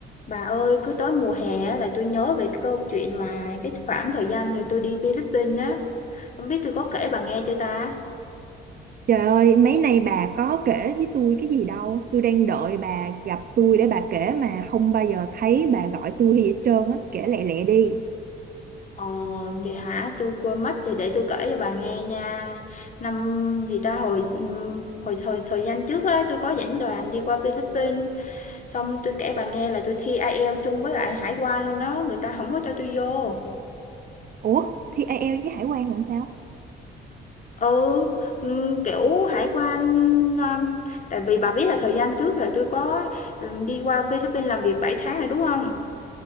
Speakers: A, on the left (about 40°); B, on the right (about 50°).
A: Bà ơi, cứ tới mùa hè á là tôi nhớ về câu chuyện mà cái khoảng thời gian rồi tôi đi Philippines á. Không biết tôi có kể bà nghe chưa ta?
B: Trời ơi, mấy nay bà có kể với tôi cái gì đâu. Tôi đang đợi bà gặp tôi để bà kể mà không bao giờ thấy bà gọi tôi hay gì hết trơn á. Kể lẹ lẹ đi.
A: Ờ, vậy hả? Tôi quên mất thì để tôi kể cho bà nghe nha. Năm gì ta hồi ừm, hồi thời thời gian trước á, tôi có dẫn đoàn đi qua Philippines, xong tôi kể bà nghe là tôi thi IELTS chung với lại hải quan luôn đó, người ta không có cho tôi vô.
B: Ủa, thi IELTS với Hải quan là làm sao?
A: Ừ, ừm, kiểu, hải quan, ơ tại vì bà biết là thời gian trước là tôi có, ừm, đi qua Philippines làm việc 7 tháng rồi, đúng không?